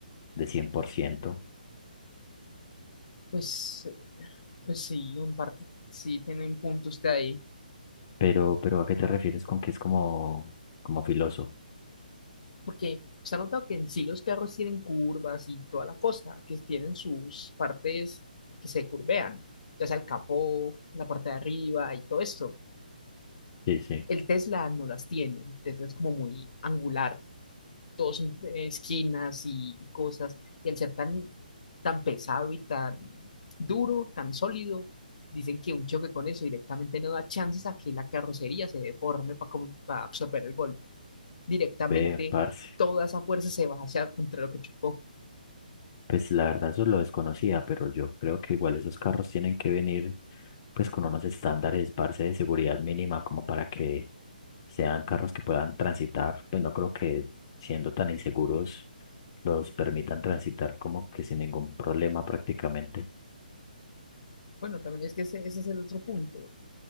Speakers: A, on the left (about 25°); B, on the left (about 55°).
A: de cien por ciento
B: pues, pues sí, en parte sí tiene un punto usted ahí,
A: pero, pero ¿a qué te refieres con que es como, como filoso?
B: porque se ha notado que en sí los carros tienen curvas y toda la cosa, que tienen sus partes que se curvean, ya sea el capó, la parte de arriba y todo esto.
A: Sí, sí,
B: El Tesla no las tiene, el Tesla es como muy angular, todos son eh, esquinas y, y cosas, y al ser tan, tan pesado y tan duro, tan sólido, dicen que un choque con eso directamente no da chances a que la carrocería se deforme para absorber el golpe. Directamente
A: ve, parce.
B: toda esa fuerza se va hacia contra lo que chocó.
A: Pues la verdad eso lo desconocía, pero yo creo que igual esos carros tienen que venir pues con unos estándares, parce, de seguridad mínima como para que sean carros que puedan transitar. Pues no creo que siendo tan inseguros los permitan transitar como que sin ningún problema prácticamente.
B: Bueno, también es que ese, ese es el otro punto,